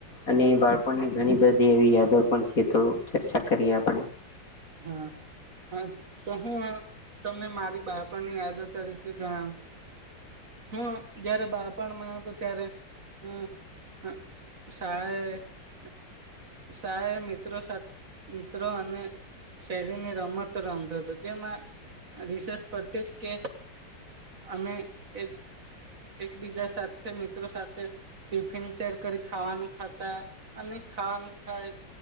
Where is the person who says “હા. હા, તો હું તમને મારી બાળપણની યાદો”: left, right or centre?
Right